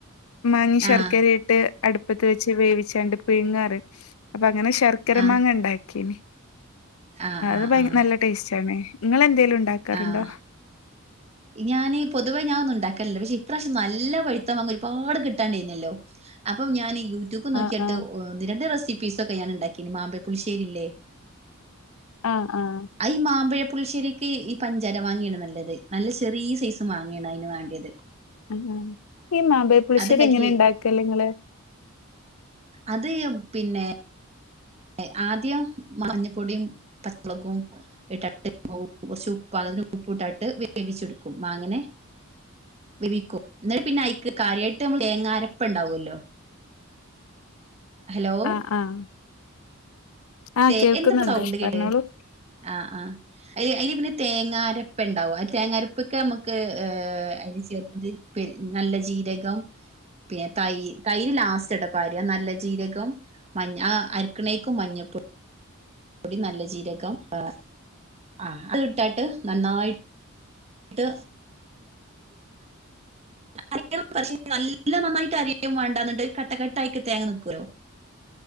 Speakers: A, on the left; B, on the right.
A: മാങ്ങേം ശർക്കരേം
B: ആഹ്
A: ഇട്ട്. അടുപ്പത്ത് വെച്ച് വേവിച്ചാണ്ട് പിഴ്ങ്ങാറ്. അപ്പൊ അങ്ങനെ ശർക്കര
B: ആഹ്
A: മാങ്ങ ഉണ്ടാക്കിയിനി
B: ആഹ്
A: അത്
B: ആഹ്
A: ഭയ്
B: ആഹ്
A: നല്ല ടേസ്റ്റ് ആണ് നിങ്ങളെന്തേലും ഉണ്ടാക്കാറുണ്ടോ
B: ആഹ് ഞാന് പൊതുവേ ഞാ ഒന്നും ഉണ്ടാക്കലില്ല പക്ഷെ ഇപ്രാവശ്യം നല്ല പഴുത്ത മാങ്ങ ഒരുപാട് കിട്ടാണ്ടേയ്ന്നല്ലോ അപ്പം ഞാനീ യൂട്യൂബ് നോക്കിയിട്ട്
A: ആഹ് ആഹ്
B: ഒന്ന് രണ്ട് റെസിപ്പീസൊക്കെ ഞാന്ണ്ടാക്കീന് മാമ്പഴ പുളിശ്ശേരി ഇല്ലേ
A: ആഹ് ആഹ്
B: അത് ഈ മാമ്പഴ പുളിശ്ശേരിക്ക് ഈ പഞ്ചാര മാങ്ങയാണ് നല്ലത് നല്ല ചെറിയ സൈസ് മങ്ങയാണ് അതിന് വേണ്ടത്
A: ആഹ് ഈ മാമ്പഴ പുളിശ്ശേരി
B: അതുണ്ടാക്കി
A: എങ്ങനെ ഉണ്ടാക്കല് നിങ്ങള്
B: അത് പിന്നെ ഏഹ് ആദ്യം മഞ്ഞപ്പൊടിയും പച്ചമുളകും <unintelligible> കുറച്ച് ഉപ്പ് പകുതി ഉപ്പും ഇട്ടട്ട് വേവിച്ചെടുക്കും മാങ്ങനെ വേവിക്കും എന്നിട്ട് പിന്നെ അയ്ക്ക് കാര്യായിട്ട് നമ്മള് തേങ്ങ അരപ്പ് ഇണ്ടാവൊല്ലോ ഹലോ
A: ആഹ് ആഹ് ആഹ്
B: തേ
A: കേൾക്കുന്നുണ്ട്
B: എന്താപ്പ സൗണ്ട് കേട്ടെ
A: പറഞ്ഞോളൂ
B: ആഹ് ആഹ് ഏ അയി പിന്നെ തേങ്ങരപ്പ് ഇണ്ടാവും ആ തേങ്ങരപ്പൊക്കെ നമുക്ക് എഹ് അതില് ചേർക്കുന്നത് പിൻ നല്ല ജീരകം പിന്നെ തൈ തൈര് ലാസ്റ്റ് എടപ്പാര്യ നല്ല ജീരകം മഞ ആഹ് അരിക്കണേക്കും മഞ്ഞപ്പൊ പ്പൊടി നല്ല ജീരകം ആ ആഹ് തും ഇട്ടാട്ട് നന്നായി ന്ത് അരക്കണം പക്ഷേ നല്ല നന്നായിട്ട് അരയും വേണ്ട എന്നിട്ട് കട്ടക്കട്ടായിട്ടെ തേങ്ങ നിക്കൂല്ലോ